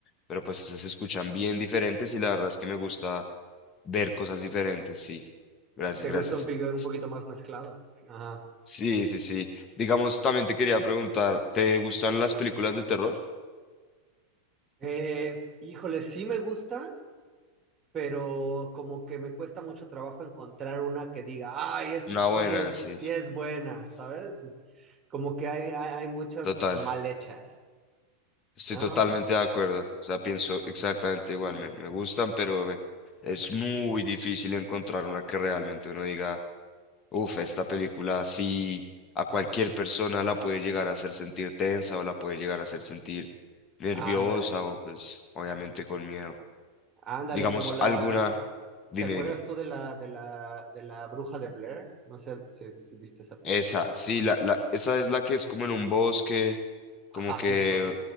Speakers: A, on the left; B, on the right.
A: pero pues esas se escuchan bien diferentes y la verdad es que me gusta ver cosas diferentes, sí. Gracias,
B: ¿Te
A: gracias.
B: gusta un, pico- un
A: S-
B: poquito más mezclado? Ajá.
A: Sí, sí, sí. Digamos, también te quería preguntar, ¿te gustan las películas de terror?
B: Eh, híjole, sí me gustan, pero como que me cuesta mucho trabajo encontrar una que diga, ay, esta
A: Una
B: sí
A: buena,
B: es,
A: sí,
B: sí es buena, ¿sabes? Es como que hay, hay, hay muchas
A: total.
B: mal hechas,
A: Estoy
B: ¿no?
A: totalmente de acuerdo. O sea, pienso exactamente igual. Me, me gustan, pero me- es muy difícil encontrar una que realmente uno diga. Uf, esta película sí a cualquier persona la puede llegar a hacer sentir tensa o la puede llegar a hacer sentir nerviosa
B: Ándale,
A: o pues obviamente con miedo.
B: ándale,
A: Digamos
B: como la,
A: alguna, dime,
B: ¿te acuerdas
A: dime.
B: tú de la, de la, de la bruja de Blair? No sé si, si viste esa
A: Esa,
B: película.
A: sí, la, la, esa es la que es como en un bosque,
B: Ajá,
A: como que,
B: justo.